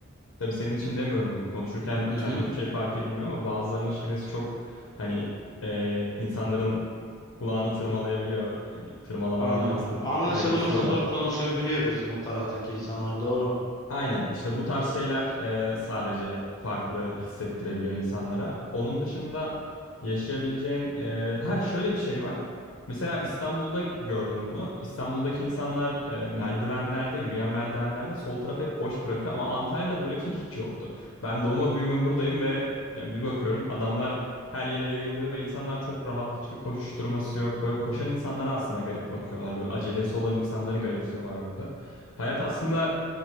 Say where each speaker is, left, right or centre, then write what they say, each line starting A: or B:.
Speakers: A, on the left; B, on the left.
A: Tabii senin için demiyorum bunu. Konuşurken
B: Hı hı.
A: sende hiçbir şey fark edilmiyor ama bazılarının şivesi çok hani e, insanların kulağını tırmalayabiliyor. Hani tırmalamadan
B: Anladım.
A: kastım
B: Anlaşılması
A: garipsiyorlar.
B: zor konuşabiliyor bizim o taraftaki insanlar. Doğru.
A: Aynen işte bu tarz şeyler e, sadece farklı hissettirebiliyor insanlara. Onun dışında yaşayabileceğin e, ha şöyle bir şey var. Mesela İstanbul'da gördüm bunu. İstanbul'daki insanlar e, merdivenlerde, yürüyen merdivenlerde sol tarafı hep boş bırakıyor ama Antalya'da böyle bir şey hiç yoktu. Ben doğma büyüme buradayım ve yani bir bakıyorum adamlar her yere yayılıyor ve insanlar çok rahat, hiçbir koşuşturması yok. Böyle koşan insanlara aslında garip bakıyorlar. Böyle acelesi olan insanları garipsiyorlar burada. Hayat aslında